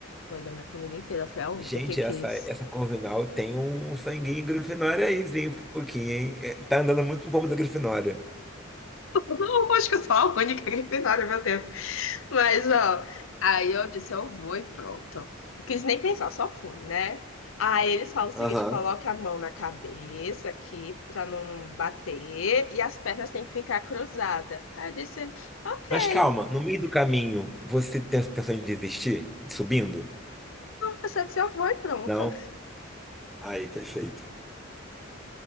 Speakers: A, on the left; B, in the centre.
A: Foi da minha família inteira, foi a única
B: Gente,
A: que quis.
B: essa, essa Corvinal tem um, um sanguinho Grifinória aí, sim, um pouquinho, hein? É, Tá andando muito com o povo da Grifinória.
A: Não, acho que eu sou a única Grifinória, meu Deus. Mas, ó, aí eu disse, eu vou e pronto. Não quis nem pensar, só fui, né? Aí eles falam o
B: Aham.
A: seguinte, coloca a mão na cabeça aqui pra não bater e as pernas têm que ficar cruzadas. Aí eu disse, ok.
B: Mas calma, no meio do caminho, você tem a intenção de desistir? De Subindo?
A: Eu só disse, eu vou e pronto.
B: Não? Aí, perfeito.